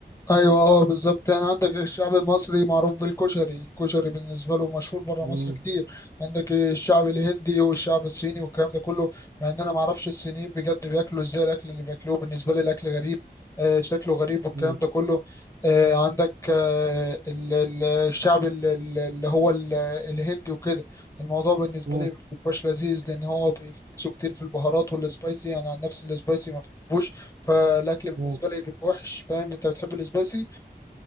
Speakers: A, on the left (about 20°); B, on the right (about 65°).
A: ايوه اه بالظبط يعني عندك الشعب المصري معروف بالكشري الكشري بالنسبه له مشهور بره
B: مم.
A: مصر كتير عندك الشعب الهندي والشعب الصيني والكلام ده كله مع ان انا ما اعرفش الصينيين بجد بياكلوا ازاي الاكل اللي بياكلوه بالنسبه لي الاكل غريب آه شكله غريب والكلام
B: مم.
A: ده كله آه عندك آه ال- ال- الشعب ال- ال- اللي هو ال- الهندي وكده الموضوع بالنسبه
B: مم.
A: لي مبيبقاش لذيذ لان هو بيفتكسوا كتير في البهارات والسبايسي يعني عن نفس السبايسي ما بحبوش فالاكل بالنسبه
B: مم.
A: لي بيبقى وحش فاهم انت بتحب السبايسي